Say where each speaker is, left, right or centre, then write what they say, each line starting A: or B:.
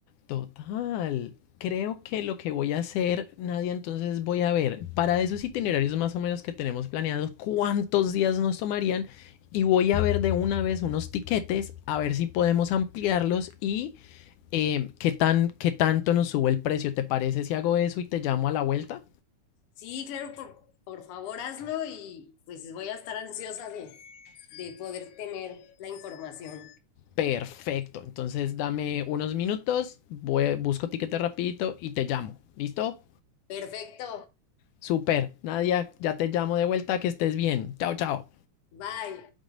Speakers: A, on the left; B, on the left.
A: Total. Creo que lo que voy a hacer, Nadia, entonces voy a ver para esos itinerarios más o menos que tenemos planeados cuántos días nos tomarían y voy a ver de una vez unos tiquetes a ver si podemos ampliarlos y eh, qué tan, qué tanto nos sube el precio. ¿Te parece si hago eso y te llamo a la vuelta?
B: Sí, claro, por, por favor hazlo y pues voy a estar ansiosa de, de poder tener la información.
A: Perfecto. Entonces dame unos minutos, voy- busco tiquete rapidito y te llamo. ¿Listo?
B: Perfecto.
A: Super. Nadia, ya te llamo de vuelta, que estés bien. Chao, chao.
B: Bye.